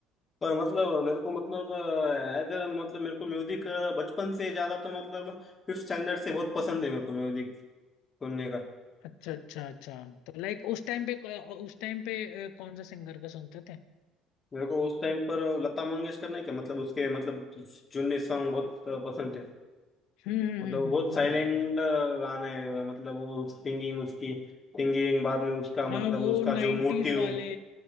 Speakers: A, on the left; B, on the left.
A: पर मतलब मेरे को मतलब एज मतलब मेरे को म्यूजिक बचपन से ज्यादा तो मतलब फिफ्थ स्टैंडर्ड से बहुत पसंद है मेरे को म्यूजिक सुनने का
B: अच्छा अच्छा अच्छा तो लाइक उस टाइम पे उस टाइम पे अ, कौन सा सिंगर का सुनते थे
A: मेरे को उस टाइम पर लता मंगेशकर ने क्या मतलब उसके मतलब जुन्ने सॉन्ग बहुत पसंद थे
B: हम्म हम्म
A: मतलब
B: हम्म,
A: वो बहुत
B: हम्म,
A: साइलेंट
B: हाँ भाई हाँ
A: गाने हैं, मतलब वो सिंगिंग उसकी सिंगिंग बाद में उसका
B: हाँ
A: मतलब
B: वो
A: उसका
B: नाइन्टीज
A: जो motive
B: वाले